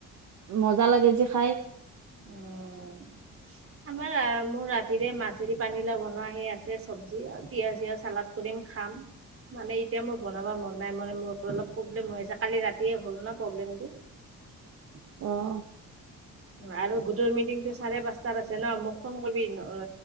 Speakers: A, on the right (about 65°); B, on the right (about 45°).
A: মজা লাগে যে খাই।
B: ময় আমাৰ আ মোৰ ৰাতিৰে মাছেৰি পানী লাও বনোৱা সি আছে চব্জি। আ পিয়াজ-চিয়া চালাদ কৰিম খাম। মানে এতিয়া মোৰ বনাব মন নাই মানে, মোৰ অলপ প্ৰব্লেম হৈ আছে কালি ৰাতিয়ে হ'ল ন প্ৰব্লেমটো। <inaudible>
A: অহ।
B: আৰু গোটৰ মিটিংটো চাৰে পাঁচটাত আছে ন মোক ফোন কৰিবি অ